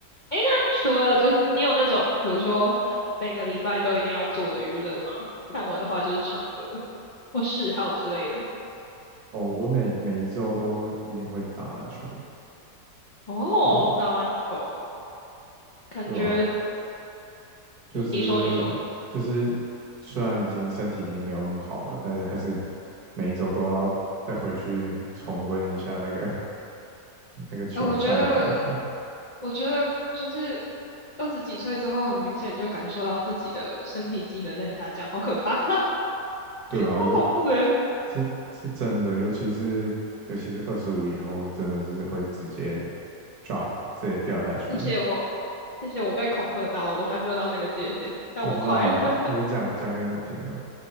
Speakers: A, on the left; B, on the right.
A: 诶，那除了就是你有那种，比如说每个礼拜都一定要做的娱乐吗？像我的话就是唱歌或嗜好之类的。
B: 哦，我每每一周都一定会去打篮球，
A: 哦，
B: 对
A: 打篮球，感觉
B: 对吧？就是就是，
A: 嗯，你说你说。
B: 虽然已经身体已经没有那么好了，但是还是每一周都要再回去重温一下那个 <laughs> 那个球赛的感觉，
A: 哎，我觉得，我觉得就是二十几岁之后，很明显就感受到自己的身体机能在下降，好可怕，<laughs>
B: 对啊，
A: 好恐怖的。
B: 就是是真的，尤其是尤其是二十五以后，真的是会直接 drop 直接掉下去。
A: 谢谢我，谢谢我被恐吓到了，我还没有到那个界限，但我快了。
B: 我知道啊，
A: <laughs>
B: 我是讲讲给你听的，